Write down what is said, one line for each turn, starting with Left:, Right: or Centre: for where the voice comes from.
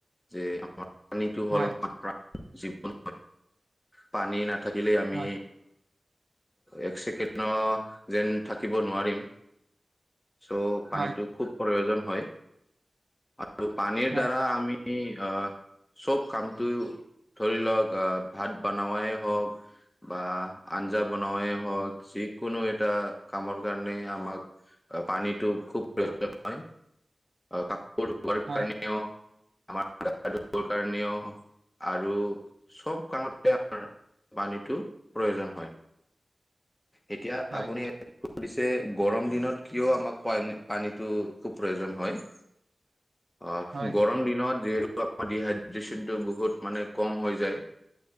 Left: যে পানীটো হ'ল
Right: হয়
Left: আমাৰ প্ৰান জীৱন, পানী নাথাকে থাকিলে আমি
Right: হয়
Left: এক ছেকেণ্ড যেন থাকিব নোৱাৰিম। চ' পানীটো
Right: হয়
Left: খুব প্ৰয়োজন হয় আৰু পানীৰ
Right: হয়
Left: দ্বাৰা আমি আমি আ চব কামটো ধৰি লওক আ, ভাত বানাৱাই হওক বা আঞ্জা বনোৱাই হওঁক, যিকোনো এটা কামৰ কাৰণে আমাক আ, পানীটো খুব প্ৰয়োজন হয়, কাপোৰ ধোৱাৰ
Right: হয়
Left: কাৰণেও আমাৰ গা ধুবৰ কাৰণেও আৰু চব কামতে আমাৰ পানীটো প্ৰয়োজন হয়। এতিয়া
Right: হয়
Left: আপুনি সুধিছে গৰম দিনত কিয় আমাক পানী-পানীটো খুব প্ৰয়োজন হয়। অ'
Right: হয়
Left: গৰম দিনত যিহে ডিহাইড্ৰে্যনটো বহুত মানে কম হৈ যায়